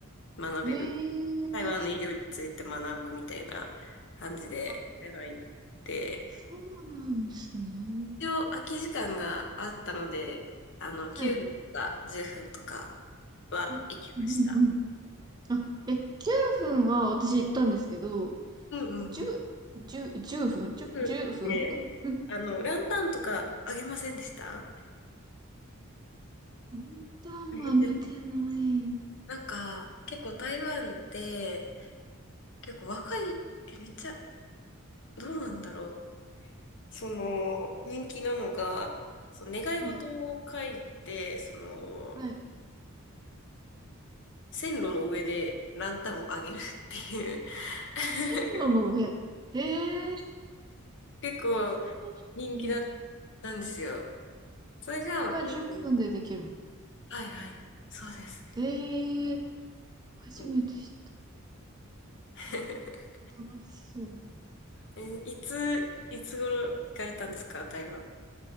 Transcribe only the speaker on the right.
えー、
あ、
そうなんですね。
はい。
うんうんうん。あ、え、9分は私行ったんですけど、
十、十、十分、十、
十分。<laughs>
分担は見てない。
はい、
はい。
線路の上。へえ、
そ
うなんだ。
それが10分でできるの。
へえ、初めて知っ
た。楽しそう。